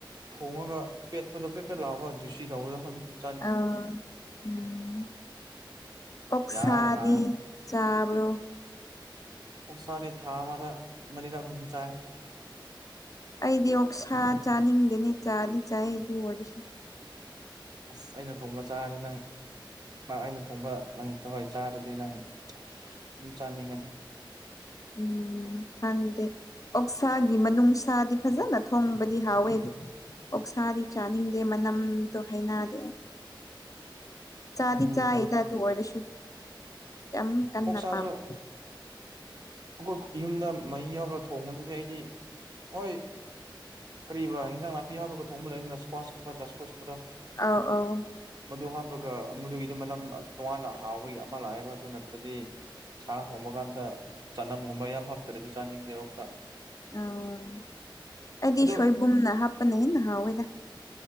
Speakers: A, on the right (about 50°); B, on the left (about 40°).
A: ꯊꯣꯡꯉꯒ ꯄꯦꯠꯄꯗꯣ ꯄꯦꯠꯄꯦꯠꯂꯥꯛꯑꯒ ꯖꯨꯁꯤ ꯇꯧꯕꯗꫭ ꯑꯍꯗꯨꯗꫭ
B: ꯑ ꯎꯝ ꯑꯣꯛꯁꯥꯗꯤ
A: ꯌꯥꯒ ꯅꯥꯏꯗ
B: ꯆꯥꯕ꯭ꯔꯣ
A: ꯑꯣꯛꯁꯥꯅꯦ ꯊꯥ ꯑꯃꯗ ꯃꯅꯤꯔꯛꯒꯨꯝꯕꯗꯤ ꯆꯥꯏ
B: ꯑꯩꯗꯤ ꯑꯣꯛꯁꯥ ꯆꯥꯅꯤꯡꯗꯦꯅꯦ ꯆꯥꯗꯤ ꯆꯥꯏ ꯑꯗꯨ ꯑꯣꯏꯔꯁꯨ
A: ꯑꯁ ꯑꯩꯅ ꯊꯣꯡꯕ ꯆꯥꯔꯗꯤ ꯅꯪ ꯅꯥꯛ ꯑꯩꯅ ꯊꯣꯡꯕ ꯅꯪ ꯍꯣꯏ ꯆꯥꯔꯗꯤ ꯅꯪ ꯑꯗꯨꯝ ꯆꯥꯅꯤꯡꯉꯅꯤ
B: ꯎꯝ ꯈꯪꯗꯦ ꯑꯣꯛꯁꯥꯒꯤ ꯃꯅꯨꯡꯅꯨꯡꯁꯥꯗꯤ ꯐꯖꯅ ꯊꯣꯡꯕꯗꯤ ꯍꯥꯎꯋꯦ ꯑꯗꯨ ꯑꯣꯛꯁꯥꯗꯤ ꯆꯥꯅꯤꯡꯗꯦ ꯃꯅꯝꯗꯣ ꯍꯩꯅꯗꯦ ꯑꯩ꯫
A: <unintelligible>
B: ꯆꯥꯗꯤ
A: ꯎꯝ
B: ꯆꯥꯏ ꯑꯗꯨ ꯑꯣꯏꯔꯁꯨ ꯌꯥꯝ ꯀꯟꯅ
A: ꯑꯣꯛꯁꯥꯁꯨ
B: ꯄꯥꯝꯗꯦ꯫
A: <unintelligible> ꯌꯨꯝꯗ ꯃꯍꯤ ꯍꯥꯞꯔ ꯊꯣꯡꯕꯗꯨꯗꯤ ꯑꯩꯗꯤ ꯍꯣꯏ ꯀꯔꯤꯕ ꯏꯟꯖꯥꯡ ꯅꯥꯄꯤ ꯍꯥꯞꯔꯒ ꯊꯣꯡꯕ ꯂꯩꯗꯅ ꯏꯁꯀ꯭ꯋꯥꯁꯀꯨꯝꯕ ꯗꯥꯁꯀꯨꯁ ꯀꯨꯝꯕꯗꯣ
B: ꯑꯧ ꯑꯧ
A: ꯃꯗꯨ ꯍꯥꯞꯄꯒ ꯃꯗꯨꯒꯤꯗꯤ ꯃꯅꯝ ꯇꯣꯉꯥꯟꯅ ꯍꯥꯎꯕꯒꯤ ꯑꯃ ꯂꯥꯛꯑꯦꯕ ꯑꯗꯨ ꯅꯠꯇ꯭ꯔꯗꯤ ꯁꯥ ꯊꯣꯡꯕ ꯀꯥꯟꯗ ꯆꯅꯝꯒꯨꯝꯕ ꯌꯥꯝ ꯍꯥꯞꯇ꯭ꯔꯗꯤ ꯆꯥꯅꯤꯡꯗꯦ ꯑꯣꯛꯁꯥ꯫
B: ꯎ ꯑꯩꯗꯤ
A: ꯑꯗꯨ
B: ꯁꯣꯏꯕꯨꯝꯅ ꯍꯥꯞꯄꯅ ꯍꯦꯟꯅ ꯍꯥꯎꯏꯗ꯫